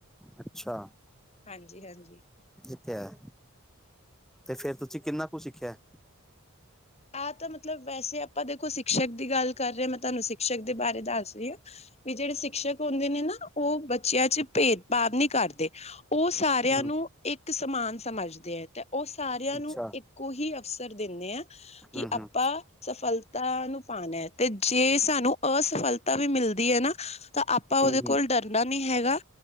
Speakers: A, in the centre; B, on the left.
A: ਅੱਛਾ-
B: ਹਾਂਜੀ, ਹਾਂਜੀ
A: ਸਿਖਿਆ, ਤੇ ਫੇਰ ਤੁਸੀ ਕਿੰਨਾ ਕੁ ਸਿੱਖਿਆ
B: ਆਹ ਤਾਂ ਮਤਲਬ ਵੈਸੇ ਆਪਾਂ ਦੇਖੋ ਸਿਕਸ਼ਕ ਦੀ ਗੱਲ ਕਰ ਰਹੇ ਹਾਂ, ਮੈਂ ਤੁਹਾਨੂੰ ਸਿਕਸ਼ਕ ਦੇ ਬਾਰੇ ਦੱਸ ਰਹੀ ਹਾਂ ਵੀ ਜਿਹੜੇ ਸ਼ਿਕਸ਼ਕ ਹੁੰਦੇ ਨੇ ਨਾ ਉਹ ਬੱਚਿਆਂ ਚ ਭੇਦਭਾਵ ਨਹੀ ਕਰਦੇ ਉਹ ਸਾਰਿਆਂ
A: ਹਮ
B: ਨੂੰ ਇੱਕ ਸਮਾਨ ਸਮਝਦੇ ਹੈ, ਤੇ ਉਹ ਸਾਰਿਆਂ
A: ਅੱਛਾ
B: ਨੂੰ ਇੱਕ ਕੋ ਹੀ ਅਵਸਰ ਦਿੰਦੇ ਆ, ਕਿ
A: ਹਮ
B: ਆਪਾਂ
A: ਹਮ
B: ਸਫਲਤਾ ਨੂੰ ਪਾਉਣਾ ਤੇ ਜੇ ਸਾਨੂੰ ਅਸਫਲਤਾ ਵੀ ਮਿਲਦੀ ਹੈ ਨਾ, ਤਾਂ ਆਪਾਂ ਉਹਦੇ
A: ਹਮ ਹਮ
B: ਕੋਲ ਡਰ ਨਹੀਂ ਹੈਗਾ,